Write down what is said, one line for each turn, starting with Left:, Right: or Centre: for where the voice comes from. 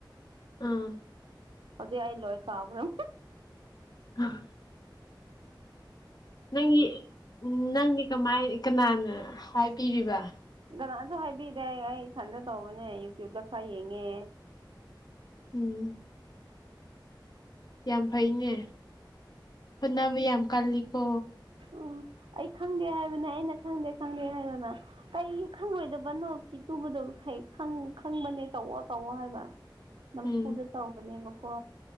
Left: ꯑꯥ
Right: ꯍꯧꯗ ꯍꯥꯏꯏ ꯂꯣꯑ ꯀꯥꯎꯈ꯭ꯔꯦ
Left: ꯎꯝ ꯅꯪꯒꯤ ꯅꯪꯒꯤ ꯀꯃꯥꯏ ꯀꯅꯥꯅ ꯍꯥꯏꯕꯤꯔꯤꯕ
Right: ꯀꯅꯥꯅꯁꯨ ꯍꯥꯏꯕꯤꯗꯦ ꯑꯩ ꯏꯊꯟꯗ ꯇꯧꯕꯅꯦ ꯌꯨꯇ꯭ꯌꯕꯇ ꯈꯔ ꯌꯦꯡꯉꯦ
Left: ꯎꯝ ꯌꯥꯝ ꯐꯩꯅꯦ ꯍꯣꯠꯅꯕ ꯌꯥꯝ ꯀꯜꯂꯤꯀꯣ
Right: ꯎꯝ ꯑꯩ ꯈꯪꯗꯦ ꯍꯥꯏꯕꯅ ꯑꯩꯅ ꯈꯪꯗꯦ ꯈꯪꯗꯦ ꯍꯥꯏꯕꯅ ꯀꯩꯒꯤ ꯈꯪꯉꯣꯏꯗꯕꯅꯣ ꯐꯤ ꯇꯨꯕꯗꯣ ꯍꯩ ꯈꯪꯕꯅꯦ ꯇꯧꯑꯣꯣ ꯇꯧꯑꯣꯣ ꯍꯥꯏꯕ ꯅꯝꯐꯨꯗ
Left: ꯎꯝ
Right: ꯇꯧꯧꯕꯅꯦꯕꯀꯣ